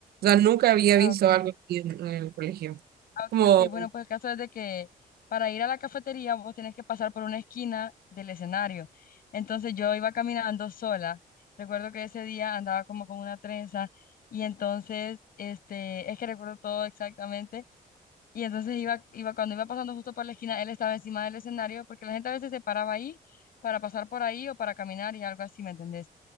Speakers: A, on the right; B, on the left.
A: sea, nunca había
B: Ah,
A: visto
B: ok.
A: algo así en, en el colegio.
B: Ah, ok,
A: Como,
B: ok. Bueno, pues el caso es de que para ir a la cafetería vos tenés que pasar por una esquina del escenario. Entonces yo iba caminando sola. Recuerdo que ese día andaba como con una trenza y entonces, este, es que recuerdo todo exactamente Y entonces iba, iba, cuando iba pasando justo por la esquina, él estaba encima del escenario, porque la gente a veces se paraba ahí para pasar por ahí o para caminar y algo así, ¿me entendés?